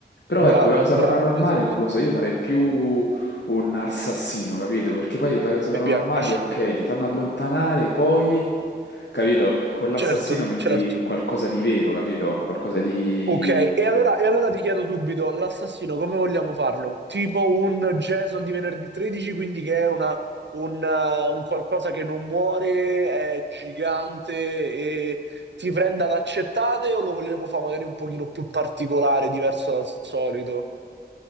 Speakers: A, on the left; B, on the right.
A: Però
B: bravo,
A: ecco, la cosa
B: bravo,
A: paranormale
B: esatto.
A: non lo so, io farei più un assassino, capito? Perché poi le cose
B: Mi
A: paranormali,
B: piace.
A: ok, ti fanno allontanare, poi, capito? Con l'assassino
B: Certo,
A: metti
B: certo.
A: qualcosa di vero, capito? Qualcosa di...
B: Ok, e allora, e allora ti chiedo subito, l'assassino come vogliamo farlo? Tipo un Jason di venerdì 13, quindi che è una- un, eh, un qualcosa che non muore, è gigante e ti prende ad accettate o lo vogliamo fare magari un pochino più particolare, diverso dal solito?